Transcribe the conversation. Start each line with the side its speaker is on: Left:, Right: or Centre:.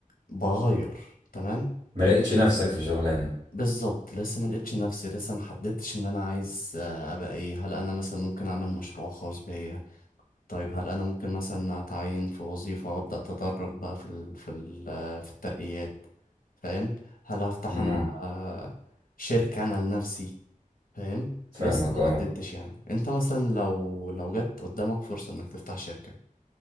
Left: بغير تمام
Right: ما
Left: ليه؟
Right: لقيتش نفسك في شغلانة
Left: بالظبط لسه ما لقيتش نفسي لسه ما حددتش ان انا عايز آه، ابقى ايه هل انا مثلا ممكن اعمل مشروع خاص بيا طيب هل انا ممكن مثلا اتعين في وظيفة وابدا اتدرج بقى في ال في ال آه، في الترقيات فاهم هل هفتح
Right: امم
Left: انا آه، شركة انا لنفسي فاهم
Right: فاهمك
Left: لسه ما حددتش
Right: اه
Left: يعني انت مثلا لو لو جت قدامك فرصة انك تفتح شركة